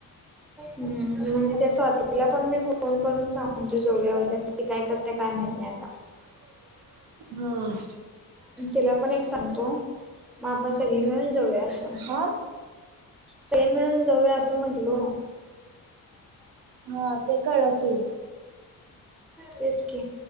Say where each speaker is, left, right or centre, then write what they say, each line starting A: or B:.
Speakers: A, in the centre; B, on the right.
A: हम्म म्हणजे त्या स्वातीला पण मी फोन करून सांग या उद्या काय करते काय माहित नाही आता
B: हा
A: तिला पण एक सांगतो मग आपण सगळी मिळून जाऊया असं
B: हा
A: सई मिळून जाऊया असं म्हंटलो
B: हा ते कळ क
A: तेच क